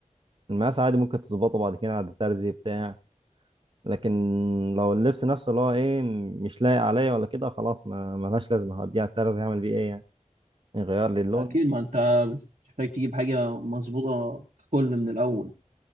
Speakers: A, on the right (about 40°); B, on the right (about 75°).
A: المقاس عادي ممكن تظبطه بعد كده عند ترزي بتاع لكن لو اللبس نفسه اللي هو ايه مش لايق عليا ولا كده خلاص ما ملهاش لازمه هوديها الترز يعمل بيه ايه يعني يغير لي اللون
B: أكيد ما أنت بتحتاج تجيب حاجة مظبوطة ككل من الأول